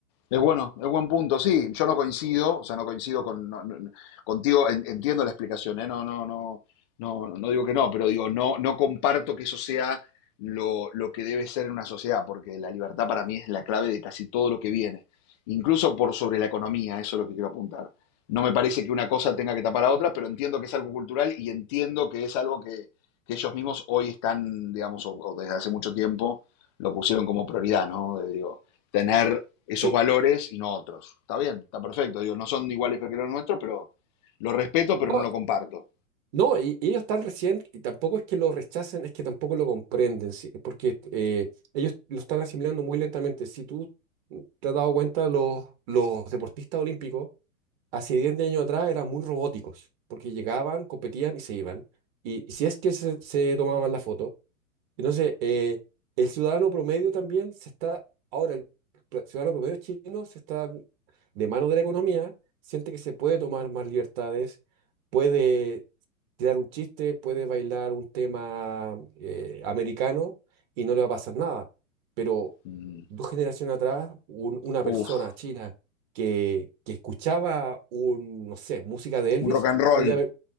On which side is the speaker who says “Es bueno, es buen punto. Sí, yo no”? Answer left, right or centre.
Left